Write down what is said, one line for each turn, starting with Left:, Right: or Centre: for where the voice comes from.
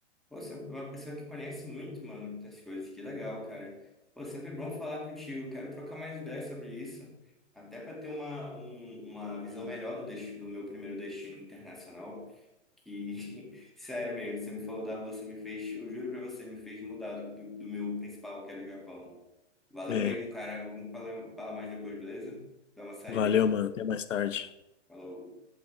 Centre: Pô, você é uma pessoa que conhece muito, mano, muitas coisas. Que legal, cara. Pô, sempre é bom falar contigo. Quero trocar mais ideias sobre isso. Até para ter uma, um- uma visão melhor do, destino, do meu primeiro destino internacional. Que, <laughs> sério mesmo, você me falou da Rússia, me fez, eu juro pra você, me fez mudar do, do, do meu principal, que era o Japão. Valeu
Left: É,
Centre: mesmo, cara. Vamos falar, falar mais depois, beleza? Dá uma saída
Left: valeu,
Centre: aqui.
Left: mano, até mais tarde.
Centre: Falou.